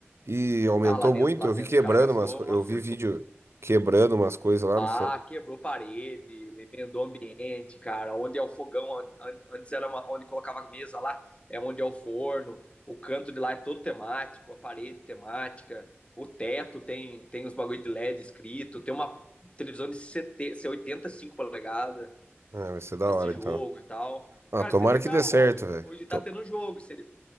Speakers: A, on the right; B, on the left.
A: E aumentou
B: Ah, lá dentro,
A: muito.
B: lá
A: Eu
B: dentro
A: vi quebrando
B: os caras gastou
A: umas coisas.
B: uma
A: Eu
B: fortuna.
A: vi vídeo quebrando umas coisas lá.
B: Ah,
A: Não sei.
B: quebrou parede, emendou ambiente, cara. Onde é o fogão, an- an- antes era uma- onde colocava a mesa lá, é onde é o forno. O canto de lá é todo temático, a parede temática. O teto tem tem os bagulho de LED escrito, tem uma televisão de setenta, oitenta e cinco polegadas
A: Ah, vai ser da
B: pra
A: hora,
B: assistir jogo
A: então.
B: e tal.
A: Ah,
B: Cara,
A: tomara
B: isso é legal.
A: que dê certo,
B: ó, Hoje,
A: velho.
B: hoje tá
A: To-
B: tendo jogo. isso é-